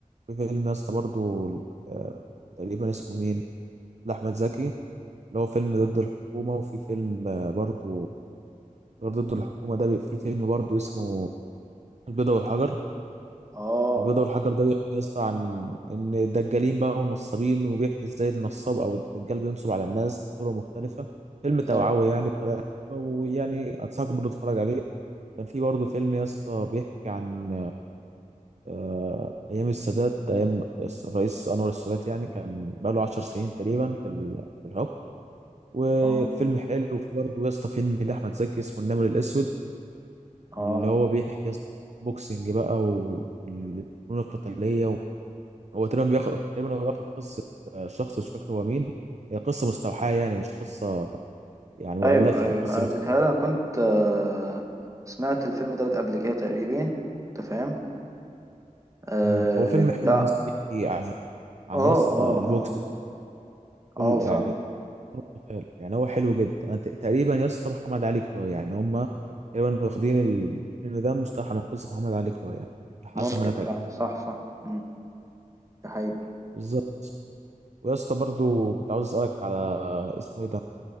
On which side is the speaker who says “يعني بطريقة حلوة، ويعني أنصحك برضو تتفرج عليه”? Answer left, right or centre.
Right